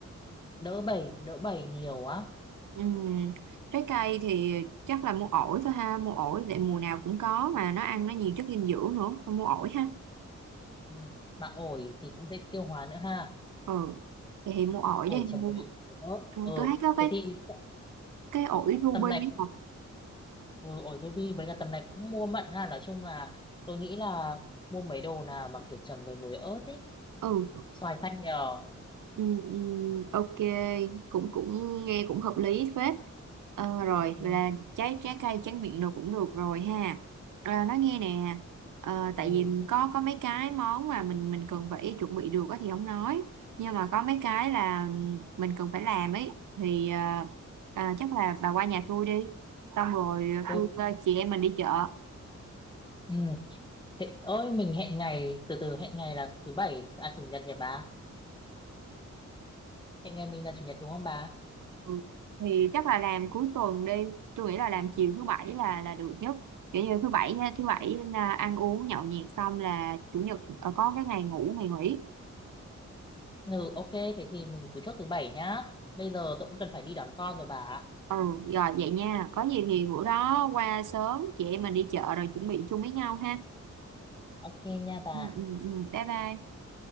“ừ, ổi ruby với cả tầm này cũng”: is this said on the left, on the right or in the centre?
Left